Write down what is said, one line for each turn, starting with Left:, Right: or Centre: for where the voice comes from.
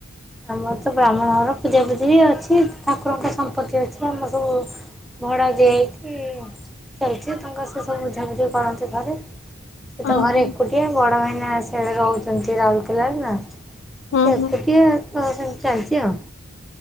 Centre: ଆମର ତ ବ୍ରାହ୍ମଣହର ପୂଜା ପୂଜିି ଅଛି ଠାକୁରଙ୍କ ସମ୍ପତ୍ତି ଅଛି ଆମର ସବୁ ଭଡ଼ା ଦିଆହେଇକି ଚାଲଚି ତାଙ୍କ ସିଏ ସବୁ ବୁଝାବୁଝି କରନ୍ତି ଘରେ। ସେ
Left: ଓହୋ
Centre: ତ ଘରେ ଏକୁଟିଆ ବଡ଼ ଭାଇନା ସିଆଡ଼େ ରହୁଚନ୍ତି ରାଉଲକେଲାରେ ନାଁ।
Left: ହଁ
Centre: ସେ ଏକୁଟିଆ
Left: ହଁ
Centre: ତ ସେମତି ଚାଲଚି ଆଉ।